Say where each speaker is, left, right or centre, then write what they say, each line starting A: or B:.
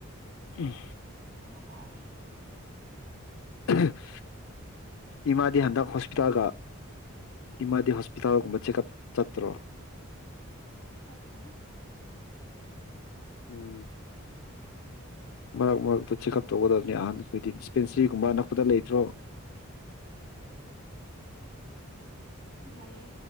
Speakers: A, on the left; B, on the right.
A: ꯎꯝ
B: ꯑꯃ ꯇꯥꯔꯦ
A: <unintelligible> ꯏꯃꯥꯗꯤ
B: ꯀꯃꯥꯏ
A: ꯍꯟꯗꯛ
B: ꯇꯧꯒꯦꯔꯥ
A: ꯍꯣꯁꯄꯤꯇꯥꯜꯒ
B: ꯈꯪꯗꯦ
A: ꯏꯃꯥꯗꯤ ꯍꯣꯁꯄꯤꯇꯥꯜꯒꯨꯝꯕ ꯆꯦꯛꯑꯞ ꯆꯠꯇ꯭ꯔꯣ
B: ꯆꯠꯇꯦ
A: ꯎꯝ ꯃꯔꯛ ꯃꯔꯛꯇ ꯆꯦꯛꯑꯞ ꯇꯧꯒꯗꯕꯅꯤ ꯑꯍꯟ ꯑꯩꯈꯣꯏꯗꯤ ꯗꯤꯁꯄꯦꯟꯁꯔꯤꯒꯨꯝꯕ ꯑꯅꯛꯄꯗ ꯂꯩꯇ꯭ꯔꯣ
B: ꯎꯝ ꯂꯩꯌꯦ